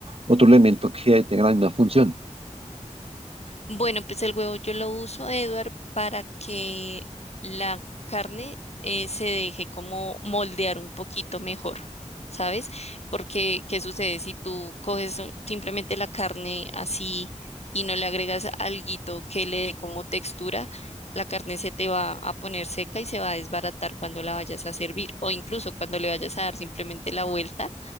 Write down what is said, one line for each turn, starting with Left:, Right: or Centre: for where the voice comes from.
Right: otro elemento que tenga la misma función.
Left: Bueno, pues el huevo yo lo uso, Edward, para que la carne eh, se deje como moldear un poquito mejor, ¿sabes? Porque, ¿qué sucede si tú coges un- simplemente la carne así y no le agregas alguito que le dé como textura? La carne se te va a poner seca y se va a desbaratar cuando la vayas a servir o incluso cuando le vayas a dar simplemente la vuelta